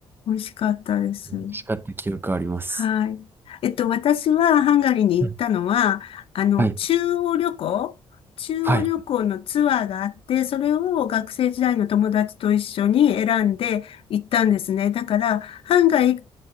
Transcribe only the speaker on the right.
美味しかった記憶あります。
うん
はい。
はい。